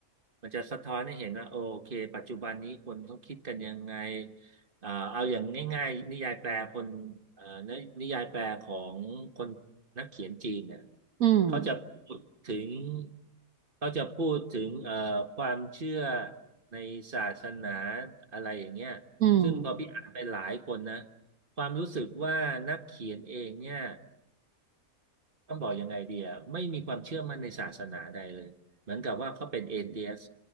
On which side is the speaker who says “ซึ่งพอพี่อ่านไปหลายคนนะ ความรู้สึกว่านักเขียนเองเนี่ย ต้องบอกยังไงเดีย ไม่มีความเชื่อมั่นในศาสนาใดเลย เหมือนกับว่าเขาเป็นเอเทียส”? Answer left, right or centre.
Right